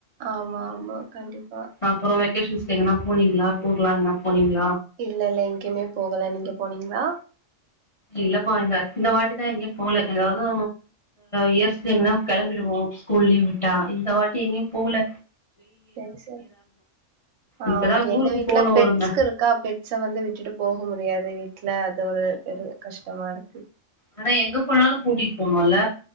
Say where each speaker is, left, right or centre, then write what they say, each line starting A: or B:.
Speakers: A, on the right; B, on the left.
A: ஆமா ஆமா கண்டிப்பா
B: அப்புறோ வெக்கேஷன்ஸ்க்கு எங்கனா போனீங்ளா டூர்லா எங்கனா போனீங்க
A: இல்ல இல்ல எங்கிமே போகல நீங்க போனீங்ளா
B: இல்லப்பா இந்த இந்த வாட்டிதா எங்கியு போல ஏதாவுது இயர்ஸ் எங்கனா கிளம்பிடுவோம் ஸ்கூல் லீவ் விட்டா இந்த வாட்டி எங்கேயு போவுல
A: செரி செரி ஆ
B: இப்பதா
A: ஓகே
B: ஊருக்கு
A: எங்க வீட்ல
B: போனு
A: பெட்ஸ்க்கு
B: ஒரும
A: இருக்கா பெட்ஸ வந்து விட்டுட்டு போக முடியாது வீட்ல அது ஒரு பெரு கஷ்டமா இருக்கு
B: ஆனா எங்க போனாலு கூட்டிட்டு போனும்ல்ல